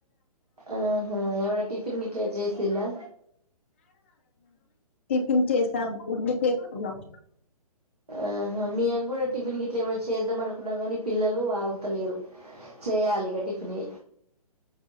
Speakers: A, on the right; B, on the left.
A: ఆహా ఏమైనా టిఫిన్ గిట్ల చేసిలా
B: టిఫిన్ చేస్ ఉండి‌ చేసుకున్నాం
A: ఆహ మేం కూడా టిఫిన్ ఇట్లా ఏమన్నా చేద్దాం అనుకున్నాం కానీ పిల్లలు అగుతలేరు చేయాలి ఇక టిఫిని